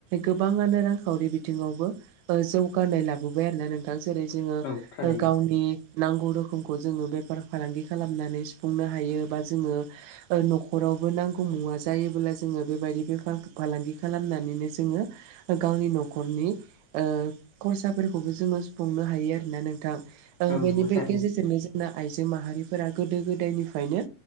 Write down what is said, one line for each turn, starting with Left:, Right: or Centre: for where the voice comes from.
Right: गोबाङनो रांखावरि बिथिङावबो जौगानाय लाबोबाय आरोोना नों जेरै जोङो
Left: औ थारैनो
Right: गावनि नांगौ रोखोमखौ जोङो बेफार फालांगि खालामनानै सुफुंनो हायो बा जोङो न'खरावबो नांगौ मुवा जायोब्ला जोङो बेबायदि बेफ फालांगि खालामनानैनो जोङो गावनि न'खरनि ओ खरसाफोरखौबो जोङो सुफुंनो हायो आरोना नोंथां ओ
Left: औ
Right: बेनि
Left: नंगौ
Right: बे
Left: थारैनो
Right: गेजेरजोंनो जोंना आइजो माहारिफोरा गोदो गोदायनिफ्रायनो